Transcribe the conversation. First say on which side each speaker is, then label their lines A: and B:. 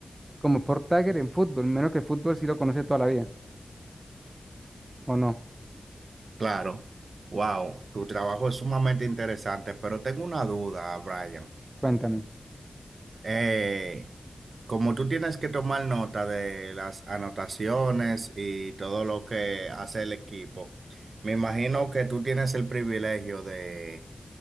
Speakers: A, on the right; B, on the right.
A: como Sport Tagger en fútbol, menos que el fútbol sí lo conoce toda la vida, ¿o no?
B: Claro. Wow, tu trabajo es sumamente interesante, pero tengo una duda, Brian.
A: Cuéntame.
B: Eh, como tú tienes que tomar nota de las anotaciones y todo lo que hace el equipo, me imagino que tú tienes el privilegio de,